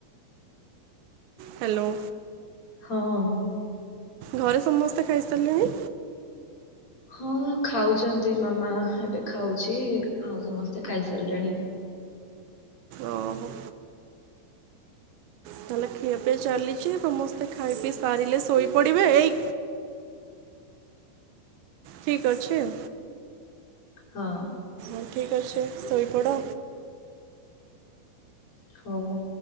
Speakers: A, on the right (about 80°); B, on the left (about 40°).
A: ହ୍ୟାଲୋ।
B: ହଁ।
A: ଘରେ ସମସ୍ତେ ଖାଇସାରଲେଣି?
B: ହଁ ଖାଉଚନ୍ତି ମାମା ଏବେ ଖାଉଚି ଆଉ ସମସ୍ତେ ଖାଇସାରଲେଣି।
A: ଓହୋ। ତାହେଲେ ଖିଆ ପିଆ ଚାଲିଚି ସମସ୍ତେ ଖାଇ ପିଇ ସାରିଲେ ଶୋଇପଡି଼ବେ ଏଇ ଠିକ ଅଛି ଆଉ।
B: ହଁ।
A: ଅଁ ଠିକ୍ ଅଛି ଶୋଇ ପଡ଼।
B: ହୋଉ।